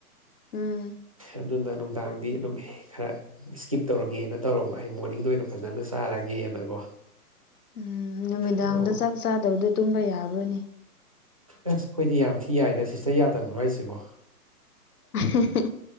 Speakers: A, on the left (about 70°); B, on the right (about 25°).
A: ꯎꯝ
B: ꯑꯗꯨꯅ ꯅꯨꯡꯗꯥꯡꯗꯤ ꯑꯗꯨꯝ ꯍꯦ ꯈꯔ ꯁ꯭ꯀꯤꯞ ꯇꯧꯔꯒꯦꯅ ꯇꯧꯔꯕ ꯍꯌꯦꯡ ꯃꯣꯔꯅꯤꯡꯗ ꯑꯣꯏꯅ ꯐꯖꯅ ꯆꯥꯔꯒꯦꯅꯀꯣ
A: ꯎꯝ ꯅꯨꯃꯤꯗꯥꯡꯗ
B: ꯑꯣ
A: ꯆꯥꯛ ꯆꯥꯗꯕꯗꯣ ꯇꯨꯝꯕ ꯌꯥꯕ꯭ꯔꯣꯅꯦ
B: ꯑꯦꯁ ꯑꯩꯈꯣꯏꯗꯤ ꯌꯥꯝ ꯊꯤ ꯌꯥꯏꯗ ꯁꯤꯁꯇꯔ ꯌꯥꯗꯕ꯭ꯔꯣ ꯍꯥꯏꯁꯤꯕꯣ
A: ꯍꯦꯍꯦ